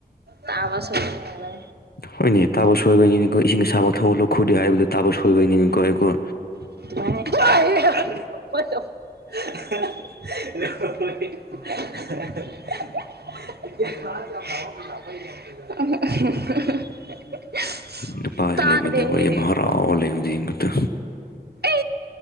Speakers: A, on the right; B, on the left.
A: ꯇꯥꯕ ꯁꯒꯅꯤ
B: ꯍꯣꯏꯅꯦ ꯇꯥꯕꯣ ꯁꯣꯏꯕꯅꯤꯅꯤꯀꯣ ꯏꯁꯤꯡ ꯁꯥꯕ ꯊꯑꯣ ꯂꯧꯈꯣꯗ ꯍꯥꯏꯕꯗꯨ ꯇꯥꯕꯣ ꯁꯣꯏꯕꯅꯤꯅꯤꯀꯣ ꯑꯩꯀꯣ
A: <inaudible> <inaudible> <unintelligible>
B: ꯅꯨꯄꯥꯥꯁꯦ
A: ꯇꯥꯗꯦꯍꯦ
B: ꯂꯩꯕꯤꯗ ꯃꯍ ꯍꯔꯥꯎ ꯂꯩꯕꯤꯗꯠꯇ
A: ꯑ